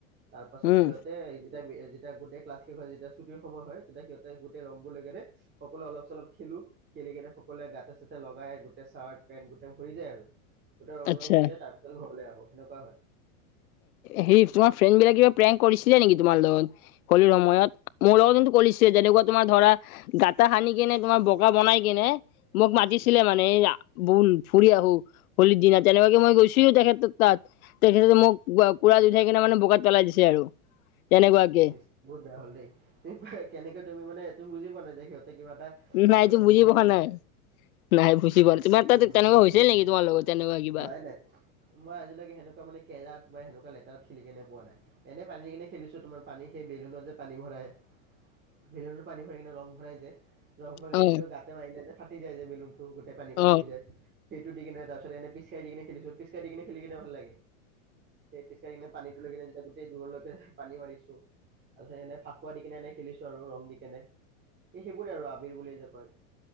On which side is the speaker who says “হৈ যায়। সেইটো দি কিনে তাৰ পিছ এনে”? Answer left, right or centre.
Right